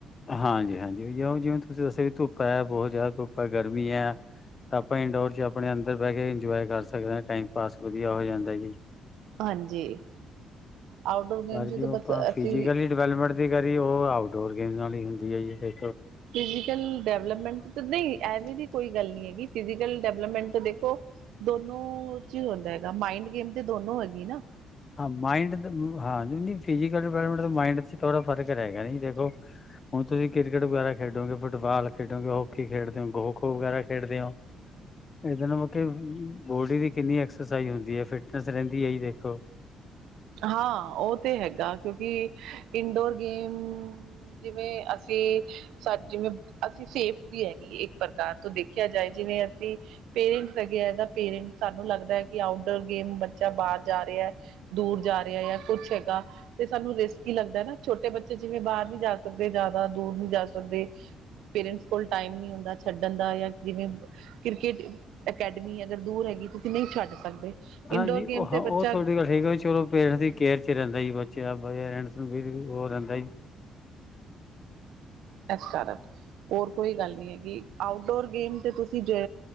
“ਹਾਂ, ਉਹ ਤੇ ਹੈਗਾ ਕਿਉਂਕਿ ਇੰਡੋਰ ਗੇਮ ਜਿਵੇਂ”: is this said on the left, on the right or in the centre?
Right